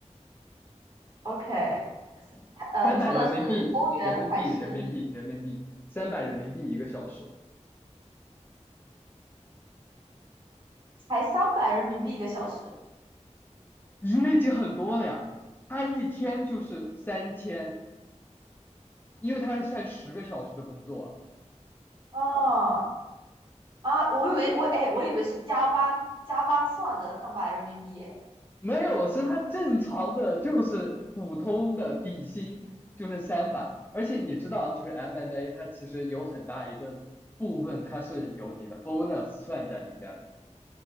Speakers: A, on the right (about 40°); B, on the left (about 15°).
A: OK，呃，
B: 三百人民币，
A: 你说的是欧元还是米？
B: 人民币，人民币，人民币，三百人民币一个小时，
A: 才三百人民币一个小时？
B: 一个已经很多了呀。他一天就是三千，因为他是算十个小时的工作啊
A: 啊啊，我以为我哎，我以为是加班加班算的三百人民币耶
B: 没有，是他正常的，就是普通的底薪就是三百，而且你知道，就是 M&A 它其实有很大一个部分它是有你的 bonus 算在里面的。